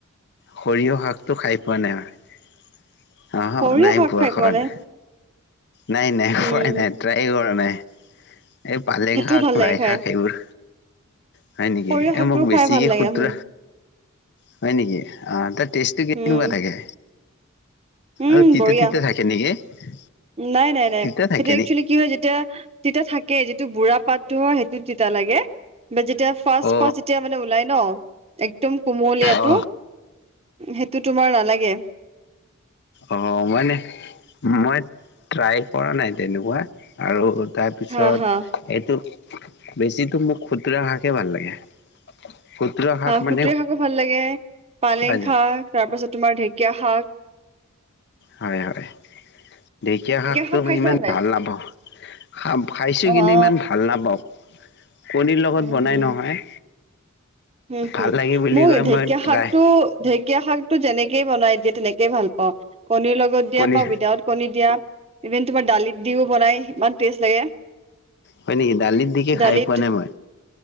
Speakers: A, on the left; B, on the right.
A: সৰিয়হ শাকটো খাই পোৱা নাই অ
B: সৰিয়হ
A: নাই
B: শাক
A: বোৱা
B: খাই
A: খোৱাদ
B: পোৱা নাই
A: নাই নাই পোৱাই
B: উম
A: নাই ট্ৰাই কৰা নাই এই পালেং
B: সেইটোও
A: শাক
B: ভাল লাগে
A: লাই
B: খাই
A: শাক এইবোৰ হয় নেকি
B: সৰিয়হ শাকটো
A: এ মোক বেছিকে
B: খাই ভাল লাগে
A: খ্ষুত্ৰ
B: উম
A: হয় নেকি অ ত ষ্টটো কে কেনেকুৱা
B: উম
A: থাকে
B: উম
A: আৰু
B: বঢ়িয়া
A: তে তিতে থাকে নেকি
B: নাই নাই নাই
A: তিতা থাকে
B: সেইটো একচোৱেলি
A: নেকি
B: কি হয় যেতিয়া তেতিয়া থাকে যিটো বুঢ়া পাতটো হয়েই তি লাগে বা যেতিয়া ফাৰ্ষ
A: অ
B: পাতিয়া মানে ওলাই ন একদম কুমলীয়াটো
A: অ
B: সেইটো তোমাৰ নালাগে
A: অঁ মানে মই ট্ৰাই কৰা নাই তেনেকুৱা আৰু তাৰপিছত
B: হা হা
A: এইটো বেছিো মোক খুতুৰা শ্ৰাকে ভাল লাগে খুতুৰা শাক
B: হা
A: মানে
B: সুতৰে শাকো ভাল লাগে পালেং
A: খোৱা যায়
B: শাক তাৰ পাছত তোমাৰ ঢেকীয়া শাক
A: হয় হয় ঢেকীয়া শাকটো
B: শাক
A: মই
B: খাইছা
A: ইমান
B: নে নাই
A: ভাল নাপওঁ খ খাইছো
B: অ
A: কিন্তু
B: অ
A: ইমান ভাল নাপাওঁ কণীৰ লগত
B: উম
A: বনাই
B: হম
A: নহয়
B: উম হুম
A: ভাল লাগে বুলি
B: মোৰ
A: কয়
B: ঢেকীয়া
A: মই ট্ৰাই
B: শাক টো ঢেকীয়া শাক টো যেনেকে বনাই দিয়ে তেনেকে ভাল পাওঁ কণীৰ লগত দিয়া
A: কণী
B: বা উইাউট কণী দিয়া ইভিন তোমাৰ দালিত দিও বনাই ইমান টেষ্ট লাগে
A: হয় নেকি দালিত দি কি
B: দালিত
A: খাই পোৱা নাই মই